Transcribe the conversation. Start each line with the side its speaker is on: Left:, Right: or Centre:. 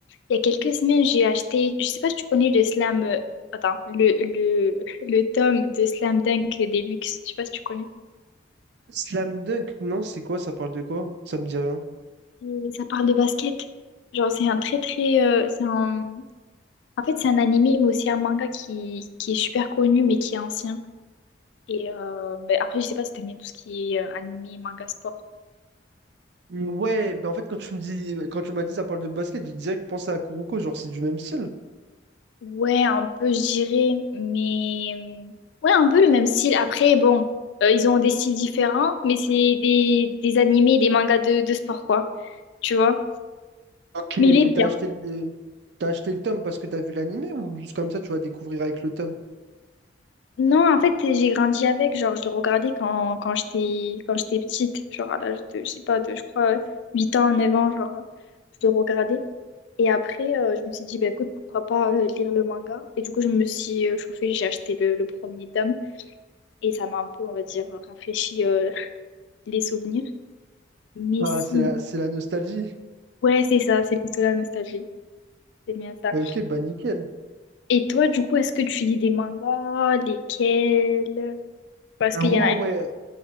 Left: y a quelques semaines, j'ai acheté, je sais pas si tu connais le slam euh, attends, le, le, le tome de Slam Dunk Deluxe, je sais pas si tu connais.
Right: Slam Dunk, non, c'est quoi? Ça parle de quoi? Ça me dit rien.
Left: Et ça parle de basket. Genre c'est un très très euh, c'est un en fait, c'est un animé mais aussi un manga qui, qui est super connu mais qui est ancien. Et euh, ben, après, je sais pas si t'aimes bien tout ce qui est euh, animé, manga sport.
Right: Ouais, ben en fait, quand tu me dis, quand tu m'as dit ça parle de basket, j'ai direct pensé à Kuroko, genre c'est du même style.
Left: Ouais, un peu, je dirais, mais euh, ouais, un peu le même style. Après, bon, euh, ils ont des styles différents, mais c'est des, des animés, des mangas de, de sport, quoi, tu vois.
Right: Ok, et
Left: Mais il est
Right: t'as
Left: bien.
Right: acheté le, t'as acheté le tome parce que t'as vu l'animé ou juste comme ça tu vas découvrir avec le tome?
Left: Non, en fait, j'ai grandi avec, genre, je le regardais quand, quand j'étais quand j'étais petite, genre à l'âge de, je sais pas, de, je crois, 8 ans, 9 ans, genre, je le regardais. Et après, euh, je me suis dit, bah écoute, pourquoi pas euh, lire le manga? Et du coup, je me suis euh, chauffée, j'ai acheté le, le premier tome, et ça m'a un peu, on va dire, rafraîchi euh, <laughs> les souvenirs. Messine.
Right: Ah, c'est la, c'est la nostalgie.
Left: Ouais, c'est ça, c'est plutôt la nostalgie. C'est bien ça.
Right: Euh, Ok, bah nickel.
Left: Et toi, du coup, est-ce que tu lis des mangas? Lesquels? Parce
Right: Euh,
Left: qu'il
Right: Moi,
Left: y en a un.
Right: ouais,